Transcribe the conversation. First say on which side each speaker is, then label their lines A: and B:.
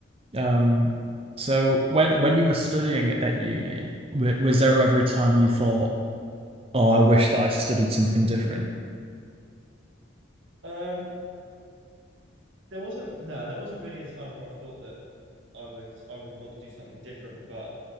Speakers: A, on the right; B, on the right.
A: Um, so when when you were studying at uni, w was there ever a time you thought, "Oh, I wish that I studied something different"?
B: Um, there wasn't no, there wasn't really a time where I thought that I would I would want to do something different, but